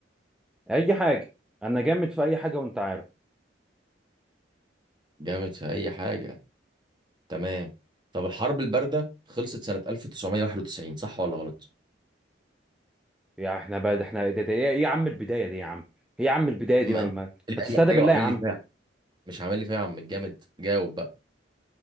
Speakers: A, in the centre; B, on the right (about 25°).
A: اي حاجة انا جامد في اي حاجة وانت عارف
B: جامد في اي حاجه تمام طب الحرب البارده خلصت سنه 1991 صح ولا غلط
A: يا احنا بقى ده احنا ده ده ايه يا عم البداية دي يا عم ايه يا عم البداية
B: ما
A: دي ما,
B: انت
A: ما
B: قال
A: ما تستهدى
B: لي اي حاجه
A: بالله
B: وعامل
A: يا عم
B: لي فيها مش عامل لي فيها يا عم الجامد جاوب بقى